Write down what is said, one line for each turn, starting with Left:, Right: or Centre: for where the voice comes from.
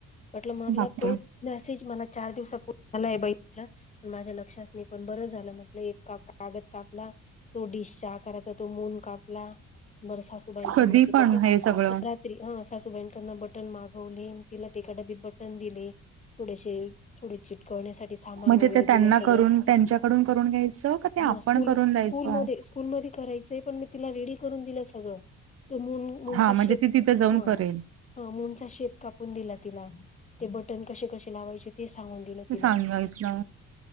Left: बटलं म्हटला
Right: बापरे!
Left: तो मेसेज मला चार दिवसापू झालाय बलं पण माझ्या लक्षात नाही पण बरं झालं म्हटलं एक काप कागद कापला. तो डिश चहा करायचा तो मून कापला बरसाासोबायाकड
Right: कधी पण
Left: बट
Right: हे सगळं.
Left: स्त्री ह सासूबाईंकडन बटन मागवले तिला ते एका डबीत बटन दिले. थोडेसे थोड चिटकवण्यासाठी सामान
Right: म्हणजे
Left: वगैरे
Right: ते त्यांना
Left: दिलं सगळं
Right: करून त्यांच्याकडून करून घ्यायचं का ते
Left: हा
Right: आपण
Left: स्कूल
Right: करून द्यायचं?
Left: स्कूल म स्कूलमध्ये करायच. पण मी तिला रेडी करून दिलं सगळं तो मून मूनचा
Right: हां, म्हणजे
Left: शेप
Right: ती तिथे जाऊन
Left: हा
Right: करेल.
Left: हा मूडचा शेप कापून दिला तिला ते बटन कसे कसे लावायचे ते सांगून दिलं.
Right: ते सांगा इतला.